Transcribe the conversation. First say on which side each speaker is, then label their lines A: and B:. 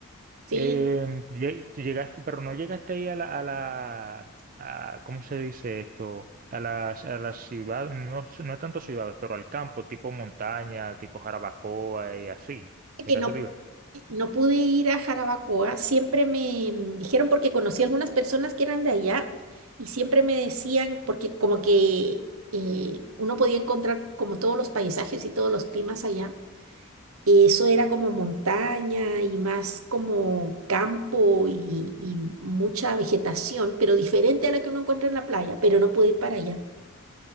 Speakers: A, on the right (about 80°); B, on the right (about 40°).
A: sí,
B: Eh, lle- tú llegaste, pero no llegaste ahí a la, a la a- ¿cómo se dice esto? A las a las ciudades no, es- no tanto ciudades pero al campo, tipo montaña, tipo Jarabacoa y así, de
A: que
B: casualidad.
A: no, no pude ir a Jarabacoa, siempre me mm, dijeron porque conocí algunas personas que eran de allá y siempre me decían, porque como que eh, uno podía encontrar como todos los paisajes y todos los climas allá, eso era como montaña y más como campo y, y mucha vegetación, pero diferente a la que uno encuentra en la playa, pero no pude ir para allá.